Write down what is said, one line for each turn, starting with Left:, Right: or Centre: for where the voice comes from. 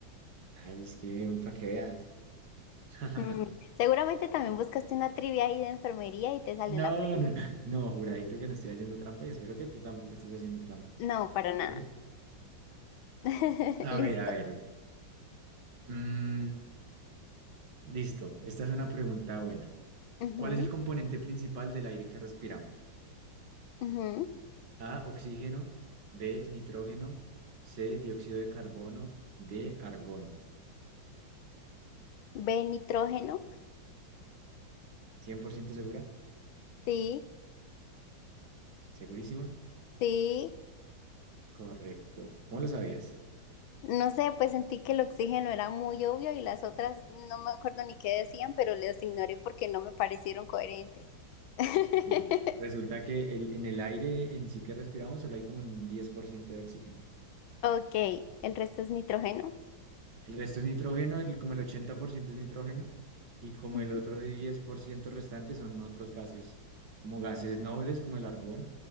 Right: ay, es que para que veas. <laughs>
Left: Mm, Seguramente también buscaste una trivia ahí de enfermería y te salió
Right: No,
Left: la pregunta.
Right: no, no, juradito que no estoy haciendo trampa y espero que tú tampoco estés haciendo trampa.
Left: No, para
Right: ¿ok?
Left: nada. <laughs>
Right: A
Left: Listo.
Right: ver, a ver. mm, listo, esta es una pregunta buena.
Left: Ujú,
Right: ¿Cuál es el componente principal del aire que respiramos?
Left: ujú.
Right: A, oxígeno, B, nitrógeno, C, dióxido de carbono, D, argón.
Left: B, nitrógeno.
Right: Cien por ciento segura?
Left: Sí,
Right: ¿Segurísima?
Left: sí.
Right: Correcto. ¿Cómo lo sabías?
Left: No sé, pues sentí que el oxígeno era muy obvio y las otras no me acuerdo ni qué decían, pero las ignoré porque no me parecieron coherentes. <laughs>
Right: Sí. Resulta que el- en el aire en sí que respiramos solo hay como un 10% de oxígeno.
Left: Ok, el resto es nitrógeno.
Right: El resto es nitrógeno, el- como el 80% es nitrógeno y como
Left: Ujú,
Right: el otro 10% restante son otros gases, como gases nobles como el argón